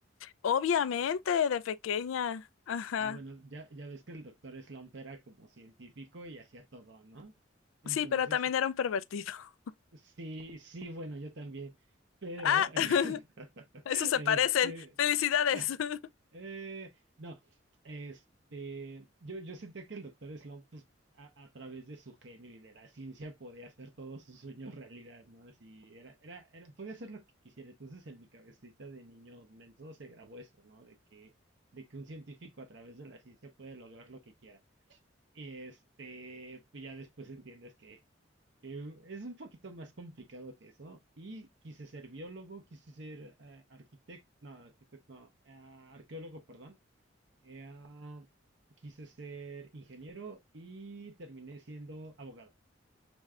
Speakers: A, on the left; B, on the right.
A: Obviamente, de pequeña. Ajá.
B: Ah, bueno, ya, ya ves que el doctor Slump era como científico y hacía todo, ¿no? Entonces,
A: Sí, pero también era un pervertido. <laughs>
B: sí, sí, bueno, yo también, pero,
A: Ah,
B: <laughs>
A: <laughs> eso se
B: este,
A: parecen. Felicidades.
B: <laughs>
A: <laughs>
B: Eh, no, este, yo, yo sentía que el doctor Sloan, pues, a, a través de su genio y de la ciencia, podía hacer todos sus sueños realidad, ¿no? Así, era, era, era, podía hacer lo que quisiera. Entonces, en mi cabecita de niño menso se grabó eso, ¿no? De que, de que un científico a través de la ciencia puede lograr lo que quiera. Y este, pues ya después entiendes que, que es un poquito más complicado que eso. Y quise ser biólogo, quise ser arquitecto, no, arquitecto, no, eh, arqueólogo, perdón. Eh, ah, quise ser ingeniero y terminé siendo abogado.